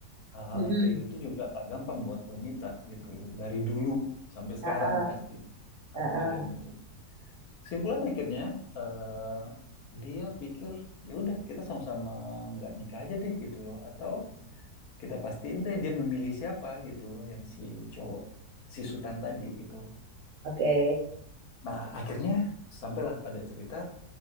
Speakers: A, on the left; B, on the right.
A: Hal-hal
B: Mm-mm.
A: yang kayak gitu juga nggak gampang buat wanita gitu loh. Dari dulu sampai sekarang
B: Ah, ah,
A: pasti hal
B: ah,
A: poligami
B: ah.
A: itu. Simpulan akhirnya eh, dia pikir ya udah kita sama-sama nggak nikah aja deh gitu loh. Atau kita pastiin deh dia memilih siapa gitu loh yang si cowok si Sutan tadi gitu loh.
B: Oke.
A: Nah akhirnya sampailah pada cerita